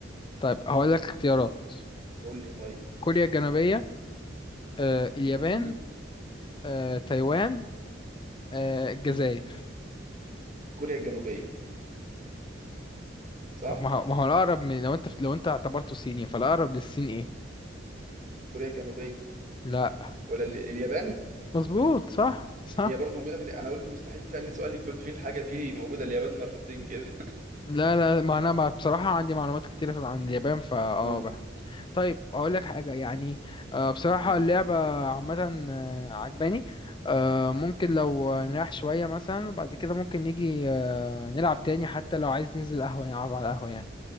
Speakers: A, on the left; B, on the right.
A: طيب هقول لك اختيارات
B: قول لي طيب
A: كوريا الجنوبية آه، اليابان
B: م- م-
A: آه، تايوان
B: م-
A: آه، الجزائر
B: م- كوريا الجنوبية صح
A: طب ما هو ما هو الأقرب من لو انت لو انت اعتبرته صيني فالأقرب للصين ايه
B: كوريا الجنوبية
A: لا
B: ولا ال- اليابان
A: مظبوط صح صح
B: هي برضو موجودة في ال- أنا قلت مستحيل تسألني سؤال يكون فيه الحاجة فيه موجودة اليابان مرتين كده <laughs>
A: لا لا ما انا ما- بصراحة عندي معلومات كتيرة في- عن اليابان فاه
B: م-
A: طيب اقول لك حاجه يعني آه، بصراحه
B: م.
A: اللعبه عامه آه، عجباني آه، ممكن لو نريح شويه مثلا وبعد كده ممكن نيجي آه، نلعب تاني حتى لو عايز ننزل قهوه نلعب على القهوه يعني